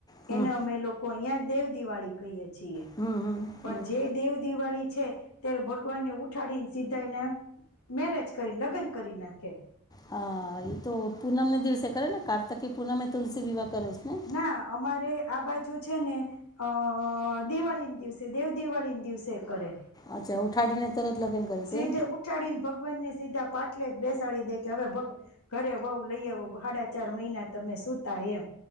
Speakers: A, on the left; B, on the left.
A: હમ
B: એને અમે લોકો અહિયા દેવદિવાળી કહીએ છીએ.
A: હમ હમ
B: પણ
A: હમ
B: જે દેવદિવાળી છે. ત્યારે ભગવાનને ઉઠાડીન સીધા એના મેરેજ કરીને લગ્ન કરી નાખે.
A: હા, એ તો પૂનમને દિવસે કરે ને કારતકી પૂનમ એ તુલસી વિવાહ કરે છે ને
B: ના, અમારે આ બાજુ છે ને અ દિવાળીને દિવસે દેવદિવાળીને દિવસે કરે.
A: અચ્છા ઉઠાડીને તરત લગ્ન કરી
B: સીધે
A: દે
B: ઉઠાડીને ભગવાનને સીધા પાટલે જ બેસાડી દે કે, હવે ભગ ઘરે વહું લઈ આવો સાડા ચાર મહિના તમે સુતા એમ.